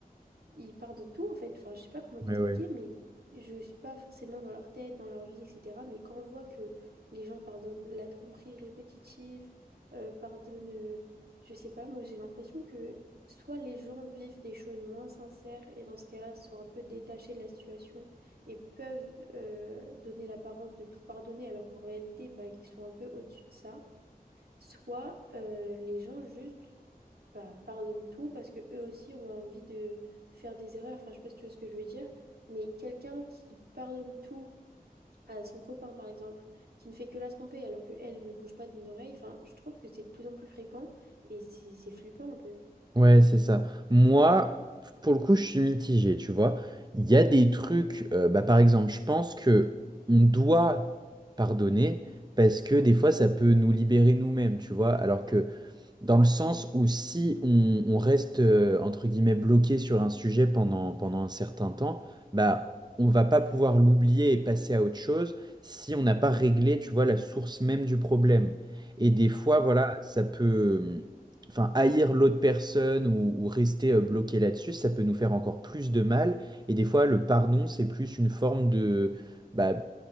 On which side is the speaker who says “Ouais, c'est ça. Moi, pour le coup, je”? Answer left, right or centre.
Right